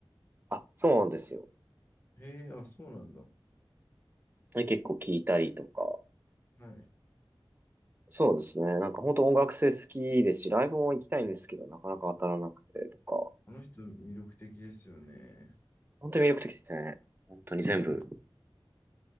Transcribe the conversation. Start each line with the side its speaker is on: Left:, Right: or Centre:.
Right: あ、そうなんですよ。
Left: へえ、あ、そうなんだ。
Right: で結構聞いたりとか、
Left: はい。
Right: そうですね。なんか本当音楽性好きですし、ライブも行きたいんですけど、なかなか当たらなくてとか、
Left: あの人、魅力的ですよね。
Right: 本当に魅力的ですね。本当に全部。
Left: はい。